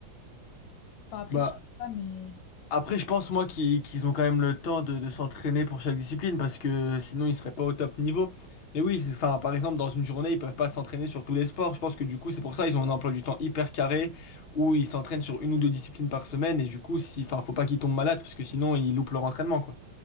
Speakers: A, on the left (about 80°); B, on the left (about 70°).
A: Enfin, après,
B: Bah,
A: je sais pas, mais...
B: après, je pense, moi, qu'ils qu'ils ont quand même le temps de, de s'entraîner pour chaque discipline parce que sinon, ils seraient pas au top niveau. Mais oui, enfin, par exemple, dans une journée, ils peuvent pas s'entraîner sur tous les sports. Je pense que du coup, c'est pour ça ils ont un emploi du temps hyper carré où ils s'entraînent sur une ou deux disciplines par semaine. Et du coup, si, enfin, faut pas qu'ils tombent malades parce que sinon, ils loupent leur entraînement, quoi.